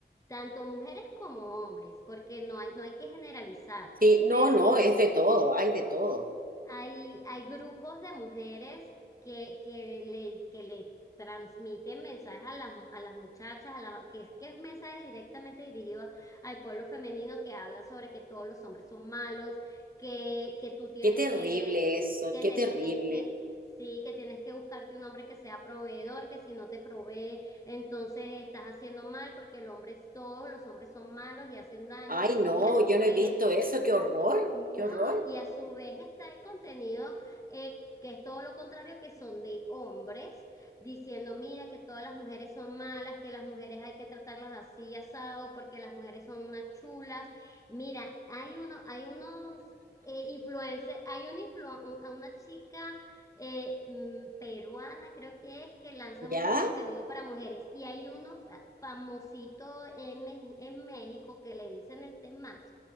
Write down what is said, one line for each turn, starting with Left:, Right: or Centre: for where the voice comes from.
Left: tanto mujeres como hombres, porque no hay, no hay que generalizar,
Right: Sí, no,
Left: pero
Right: no, es
Left: eh,
Right: de todo, hay de todo.
Left: hay, hay grupos de mujeres que, que le, que le transmiten mensajes a las, a las muchachas, a las, que, es- que es mensaje directamente dirigido al pueblo femenino que habla sobre que todos los hombres son malos, que, que tú tienes
Right: Qué terrible
Left: que,
Right: eso,
Left: que
Right: qué
Left: te
Right: terrible.
Left: tienes que, sí, que tienes que buscarte un hombre que sea proveedor, que si no te provee, entonces estás haciendo mal porque el hombre es todo, los hombres son malos y hacen daño.
Right: Ay, no,
Left: Y a su
Right: yo no
Left: vez
Right: he visto eso, qué horror,
Left: no,
Right: qué horror.
Left: y a su vez está el contenido eh, que es todo lo contrario, que son de hombres, diciendo, mira, que todas las mujeres son malas, que las mujeres hay que tratarlas así, asado, porque las mujeres son unas chulas. Mira, hay uno, hay unos eh, influencers, hay una, influ- un- a una chica eh, mm, peruana, creo que es, que lanza
Right: ¿Ya?
Left: mucho contenido para mujeres, y hay uno fa- famosito en, Me- en México que le dicen el Temach